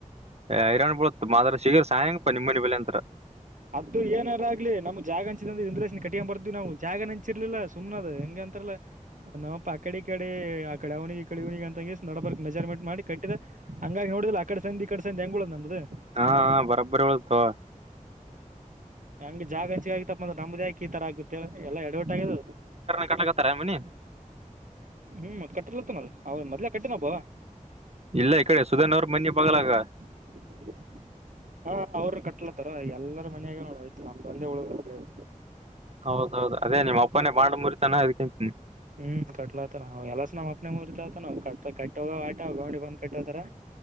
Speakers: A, on the right (about 50°); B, on the right (about 70°).
A: ಹರಾಣ್ ಬಳತ್ ಮಾದ್ರ ಶಗರ್ ಸಾಯಂಕಪ್ಪ ನಿಮ್ಮ ಮನೆ ಬೆಲೆ ಅಂತತ್ರ
B: ಅದದು ಏನಾರ ಆಗ್ಲಿ ನಮ್ ಜಾಗ ಹಂಚಿದ ಅ್ರ ಇಂದ್ರೇಶ್ನ ಕಿಯ ಬರ್ದ್ವಿ ನಾವು ಜಾಗನ್ ಹೆಂಚಿರ್ಲಿಲ್ಲ ಸುಮನದ್ ಹೆಂಗೆ ಅಂತಾರಲ್ಲ ನಪ ಆ ಕಡೆ ಈ ಕಡೆ ಆ ಕಡೆ ಅವನಿಗೆ ಕಡೆವನಿಗೆ ಅಂತಂಗ ನೋಡಬರ್ಕ್ ಮೆಜರ್ಮೆಂಟ್ ಮಾಡಿ ಕಟ್ಟಿದ ಹಂಗಾಗಿ ನೋಡಿದಿಲ್ಲ ಆ ಕಡೆ ಸಂದ ಈ ಕಡೆ ಸಂದ ಹ ಹೆಂಗೂಡದ ನಮ್ದು
A: ಹಾ ಬರೊಬ್ಬರಿ ಹೇಳಳ್ತು
B: ಹಂಗ ಜಾಗ ಹಂಚಗ ತಪ್ಪ ಅಂದ್ರ ನಮ್ದಾಕ ಈ ತರ ಆಗುತ್ತೆ ಎಲ್ಲ ಎಡವಟ್ಟ ಆಗದು
A: ಕಟ್ಟಕತ್ತಾರ ಮನಿ
B: ಹ್ಮ್ ಕಟ್ಟಿರ್ಲತ್ತ ನ ಅವ ಮೊದ್ಲ ಕಟ್ಟಿನಬ
A: ಇಲ್ಲ ಇ ಕಡೆ ಸುಧನ್ ಅವ್ರ ಮನೆಿ ಬಗ್ಲಾಗ
B: <inaudible> ಹಾ ಅವ್ರರು ಕಟ್ಲತಾರ ಎಲ್ಲರ ಮಯಾಗೆ ನೋಡ ಆಯ್ತು ನಮ್ದ ತಂದೆ ಹಳ
A: ಹೌದೌದು ಅದೇ ನಿಮ್ಮ ಅಪ್ಪನೇ ಮಾಡ್ ಮುರಿತಾನ ಅದಕಂತೀನಿ
B: ಹ್ಮ್ ಕಟ್ಲಾತ ನ ಎಲ್ಲ ನಮ್ಮ್ಪ್ನನೆ ಮುರ್ತ ನವು ಕ ಕಟ್ಟೋಗ ಆಟ ಗೌಂಡಿ ಬಂದ್ ಕಟ್ಟತಾರ